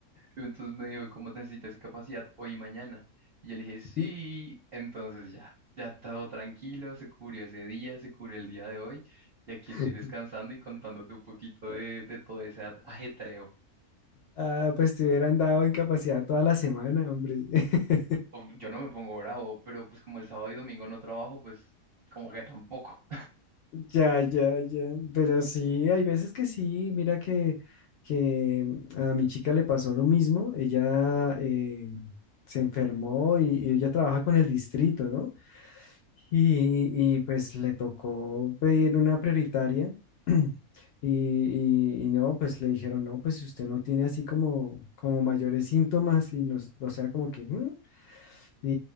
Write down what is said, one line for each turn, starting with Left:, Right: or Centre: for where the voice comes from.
Right: Entonces me dijo, ¿cómo necesitas incapacidad hoy y mañana? Y yo le dije, sí.
Left: Y-
Right: Entonces ya, ya todo tranquilo, se cubrió ese día, se cubrió el día de hoy. Y aquí
Left: <laughs>
Right: estoy descansando y contándote un poquito de, de todo ese at- ajetreo.
Left: Ah, pues te hubieran dado incapacidad toda la semana, hombre. <laughs>
Right: O- Yo no me pongo bravo, pero pues como el sábado y domingo no trabajo, pues como que tampoco.
Left: Ya, ya, ya. Pero sí, hay veces que sí. Mira que, que mm, a mi chica le pasó lo mismo. Ella eh, se enfermó y, y ella trabaja con el distrito, ¿no? Y, y, pues le tocó pedir una prioritaria. <clears throat> Y, y- y no, pues le dijeron, no, pues usted no tiene así como, como mayores síntomas y nos, o sea, como que... "Mm". y,